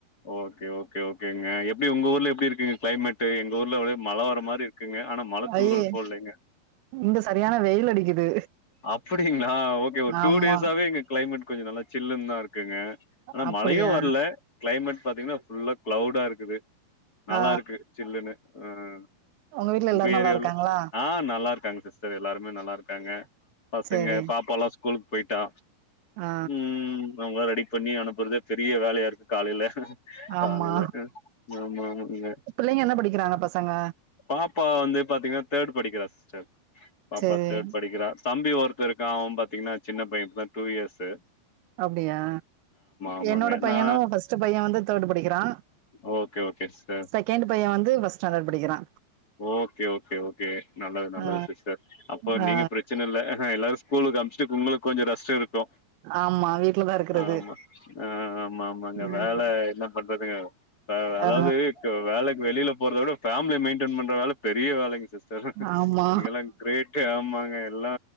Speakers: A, on the left; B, on the right.
A: ஓகே ஓகே ஓகேங்க எப்டி உங்க ஊர்ல எப்டி இருக்குங்க க்ளைமேட்டு எங்க ஊர்ல ஒரே மழ வர மாரி இருக்குங்க ஆனா மழ தூறல்
B: ஐய
A: போட்லேங்க
B: இங்க சரியான வெயில் அடிக்குது
A: அப்டிங்களா ஓகே ஒரு டூ
B: ஆமா
A: டேஸாவே இங்க கிளைமேட் கொஞ்சோ நல்லா சில்லுன்னு தா இருக்குங்க ஆனா
B: அப்டியா
A: மழயு வர்ல கிளைமேட் பாத்தீங்கன்னா ஃபுல்லா கிளவுடா இருக்குது நல்லா
B: ஆ
A: இருக்கு சில்லுன்னு ம்
B: வீட்ல
A: உங்க
B: எல்லாரு நல்லா
A: ஏரியால
B: இருக்காங்களா
A: ஆ நல்லா இருக் தேங்க்யூ சிஸ்டர் எல்லாருமே நல்லா இருக்காங்க பசங்க
B: சேரி
A: பாப்பாலா ஸ்கூலுக்கு போயிட்டா
B: ஆ
A: ம் அவுங்கல ரெடி பண்ணி அனுப்புறதே பெரிய வேலையா இருக்கு காலையில
B: ஆமா
A: காலையில ஆமா ஆமாங்க
B: பிள்ளைங்க என்ன படிக்கிறாங்க பசங்க
A: பாப்பா வந்து பாத்தீங்கன்னா தேர்ட் படிக்கிறா சிஸ்டர் பாப்பா
B: சேரி
A: தேர்ட் படிக்கிறா தம்பி ஒருத்த இருக்கா அவ பாத்தீங்கன்னா சின்ன பைய இப்போ தா டூ இயர்ஸ்சு
B: அப்டியா
A: ஆமாங்க
B: என்னோட பையனு
A: நா
B: ஃபர்ஸ்ட்டு பைய வந்து தர்ட்டு படிக்கிறா
A: ஓகே ஓகே சிஸ்டர்
B: செகண்ட் பைய வந்து ஃபர்ஸ்ட் ஸ்டாண்டர்ட் படிக்கிறா
A: ஓகே ஓகே ஓகே நல்லது நல்லது
B: ஆ
A: சிஸ்டர் அப்போ
B: ஆ
A: நீங்க பிரச் பிரச்சனயில்ல அ எல்லாரு ஸ்கூலுக்கு அம்ச்ட்டு உங்குளுக்கு கொஞ்சோ ரெஸ்ட் இருக்கு
B: ஆமா வீட்லதா இருக்கறது
A: ஆமா ஆ ஆமா ஆமாங்க
B: ம்
A: வேல என்ன என்ன பண்றதுங்க அதாவது
B: ஆ
A: வேலைக்கு வெளியில போறத விட ஃபேமிலி மெயின்டைன் பண்ற வேல பெரிய வேலைங்க சிஸ்டர்
B: ஆமா
A: நீங்க எல்லா கிரேட்டு ஆமாங்க எல்லா